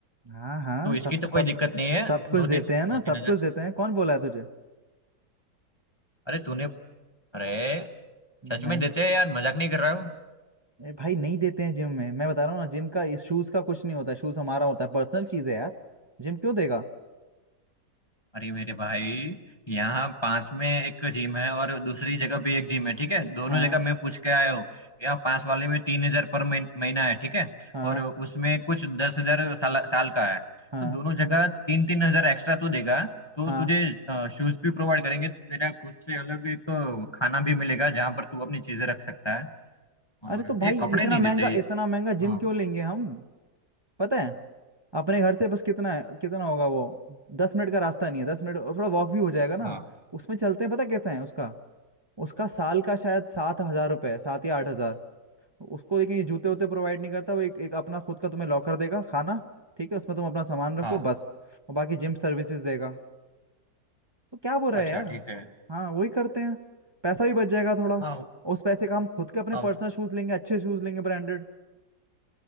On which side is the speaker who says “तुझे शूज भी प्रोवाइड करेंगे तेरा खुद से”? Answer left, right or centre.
Left